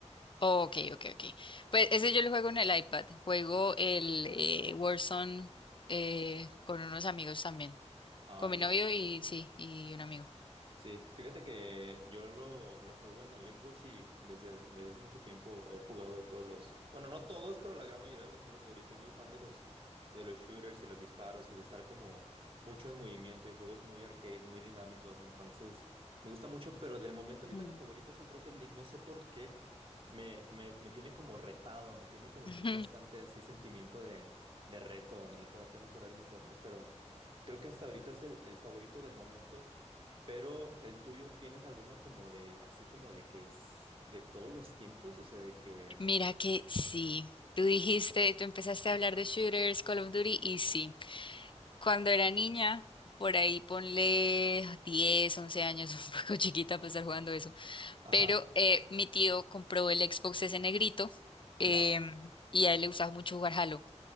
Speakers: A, on the left; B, on the right.
A: Oh, ok, ok, ok. Pues ese yo lo juego en el iPad. Juego el eh, Warzone eh, con unos amigos también.
B: Ah,
A: Con
B: ya.
A: mi novio y sí, y un amigo.
B: Sí, fíjate que yo lo, lo juego en el Xbox y desde, desde hace mucho tiempo he jugado todos los, bueno, no todos, pero la gran mayoría de los Call of Duty. Soy muy fan de los, de los shooters y los disparos y de estar como mucho en movimiento y juegos muy arcade, muy dinámicos. Entonces, me gusta mucho, pero del momento ahorita
A: Mm.
B: mi favorito es el Rocket League. No sé por qué. Me, me, me tiene como retado, me tiene como
A: <laughs>
B: en un constante así sentimiento de, de reto donde tengo que mejorar y mejorar, pero creo que hasta ahorita es el, el favorito del momento. Pero el tuyo, ¿tienes alguno como de, así como de que es de todos los tiempos? O sea, de que...
A: Mira que sí. Tú dijiste, tú empezaste a hablar de shooters, Call of Duty, y sí. Cuando era niña, por ahí ponle 10, 11 años, <laughs> un poco chiquita para estar jugando eso.
B: Ajá,
A: Pero eh, mi tío compró el Xbox ese negrito em,
B: ya.
A: y a él le gustaba mucho jugar Halo.